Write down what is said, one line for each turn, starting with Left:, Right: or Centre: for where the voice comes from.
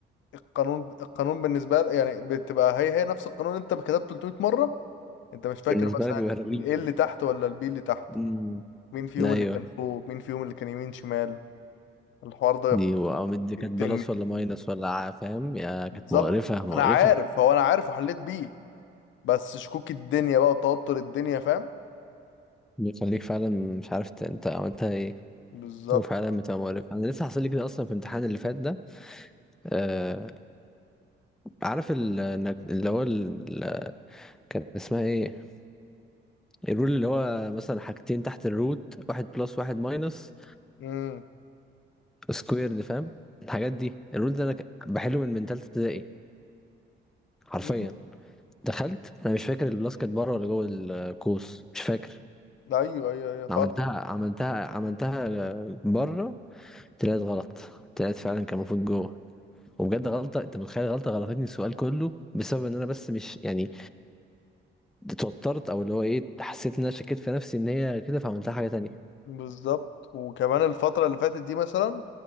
Left: القانون القانون بالنسبه لك يعني بتبقى هي هي نفس القانون انت كتبته 300 مره انت مش فاكر
Centre: بالنسبة
Left: مثلا
Centre: لك بيبقى رجلي
Left: الايه اللي تحت ولا البي اللي تحت
Centre: امم
Left: مين فيهم
Centre: ايوه
Left: اللي كان فوق مين فيهم اللي كان يمين شمال الحوار ده
Centre: دي او دي
Left: بيقتلني
Centre: كانت بلس ولا ماينس ولا ع- فاهم يا
Left: بالظبط
Centre: كانت مقرفة مقرفة
Left: انا عارف هو انا عارف وحليت بيه بس شكوك الدنيا بقى وتوتر الدنيا فاهم
Centre: بيخليك فعلا مش عارف ت- انت عملتها ايه
Left: بالظبط
Centre: هو فعلا بتبقى مقرف انا لسه حاصل لي كده اصلا في الامتحان اللي فات ده آه عارف ال- انك اللي هو ال... ال- كان اسمها ايه الرول اللي هو مثلا حاجتين تحت الروت واحد بلس واحد ماينس
Left: امم
Centre: سكويرد فاهم الحاجات دي الرول ده انا ك- بحله من من تالتة ابتدائي حرفيا
Left: أمم.
Centre: دخلت انا مش فاكر البلس كانت بره ولا جوه القوس مش فاكر
Left: ايوه ايوه ايوه خالص
Centre: عملتها عملتها عملتها آه، بره طلعت غلط طلعت فعلا كان المفروض جوه وبجد غلطه انت متخيل غلطه غلطتني السؤال كله بسبب ان انا بس مش يعني اتوترت او اللي هو ايه حسيت ان انا شكيت في نفسي ان هي كده فعملتها حاجه تانية
Left: بالظبط وكمان الفتره اللي فاتت دي مثلا